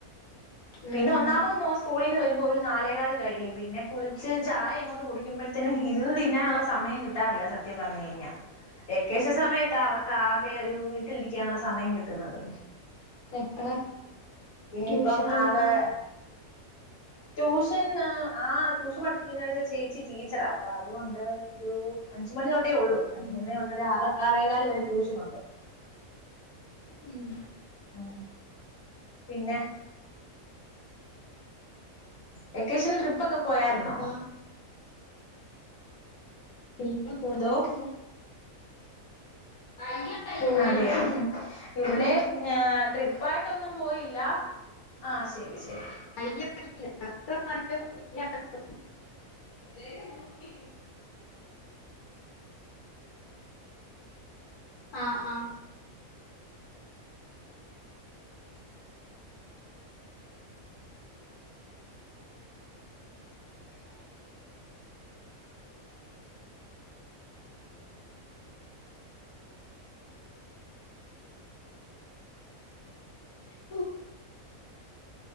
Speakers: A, on the left; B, on the left.
A: ഉം
B: പിന്നെ
A: ഉം
B: ഒന്നാമത് മോൻ സ്കൂളി ന്ന് വരുമ്പോ ഒരു നാലേകാല് കഴിയും പിന്നെ കുളിച്ച് ചായങ്ങോട്ട് കുടിക്കുമ്പഴത്തേന് ഇരുന്ന് തിന്നാനുള്ള സമയം കിട്ടാറില്ല സത്യം പറഞ്ഞഴിഞ്ഞാ വെക്കേഷൻ
A: ഉം
B: സമയത്താവർ ക്കാകെ ഒരു വീട്ടിലിരിക്കാനുള്ള സമയം കിട്ടുന്നത്
A: എപ്പളാ
B: ഇനിയിപ്പം
A: ട്യൂഷൻ തൊട്ങ്ങാ
B: ആകെ ട്യൂഷൻ ആ ആ ട്യൂഷൻ പഠിപ്പിക്ക്ന്നേട്ത്തെ ചേച്ചി ടീച്ചറാ അപ്പൊ അതുകൊണ്ട് ഒരു അഞ്ച്മണിയൊ ട്ടെയുള്ളൂ അഞ്ച്
A: ഉം
B: മണിതൊ ആറ് ആറേകാല് വരെ ട്യൂഷനൊണ്ട്
A: ഉം
B: ഉം പിന്നെ വെക്കേഷന് ട്രിപ്പൊക്കെ പോയായിരുന്നോ
A: അതാ ഇല്ല പോയിട്ടില്ല
B: എന്തോ
A: <unintelligible> പോയിട്ടില്ല
B: അതേയോ ഇവിടെ
A: ഒരു മിനിറ്റ്
B: ആ ട്രിപ്പായി ട്ടൊന്നും പോയില്ല ആ ശരി ശരി
A: <inaudible> ആ ആ ഇല്ല